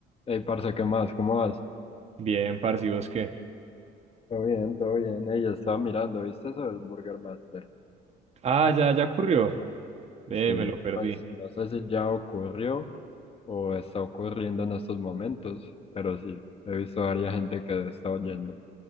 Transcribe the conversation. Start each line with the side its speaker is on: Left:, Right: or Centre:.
Left: Ey, parce, ¿qué más? ¿Cómo vas?
Right: Bien, parce, ¿y vos qué?
Left: Todo bien, todo bien. Ella estaba mirando, ¿viste eso del Burger Master?
Right: Ah, ya, ya ocurrió. Eh,
Left: Sí,
Right: me lo perdí.
Left: pues no sé si ya ocurrió o está ocurriendo en estos momentos, pero sí, he visto a varias gente que está oyendo.